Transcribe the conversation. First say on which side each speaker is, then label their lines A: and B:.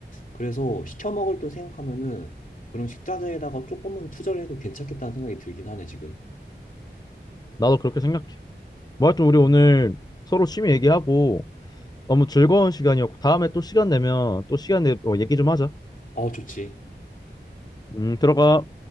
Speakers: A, on the left; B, on the left.
A: 그래서 시켜 먹을 돈 생각하면은 그런 식자재에다가 조금은 투자를 해도 괜찮겠다는 생각이 들긴 하네 지금.
B: 나도 그렇게 생각해. 뭐 하여튼
A: 음.
B: 우리 오늘 서로 취미 얘기하고 너무 즐거운 시간이었고 다음에 또 시간 내면 또 시간 내 어, 얘기 좀 하자.
A: 어, 좋지.
B: 음, 들어가.